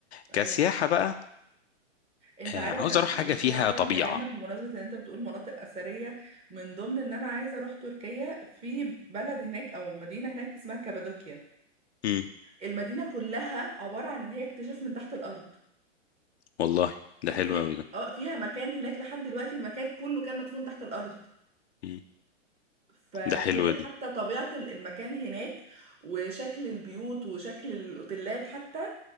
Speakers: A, on the left; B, on the right.
A: كسياحة
B: ايوه
A: بقى
B: انت
A: آه،
B: عارف
A: عاوز
B: انا ب-
A: أروح
B: يعني
A: حاجة
B: من
A: فيها
B: غير قطع
A: طبيعة
B: كلامك بمناسبه ان انت بتقول مناطق اثريه من ضمن ان انا عايزه اروح تركيا في بلد هناك او مدينه هناك اسمها كابادوكيا
A: مم.
B: المدينه كلها عباره عن ان هي اكتشاف من تحت الارض
A: والله
B: في
A: ده حلو
B: في
A: أوي ده
B: اه فيها مكان هناك لحد دلوقتي المكان كله كان مدفون تحت الارض
A: مم.
B: ف- فهي
A: ده حلو دي
B: حتى طبيعه ال- المكان هناك وشكل البيوت وشكل الاوتيلات حتى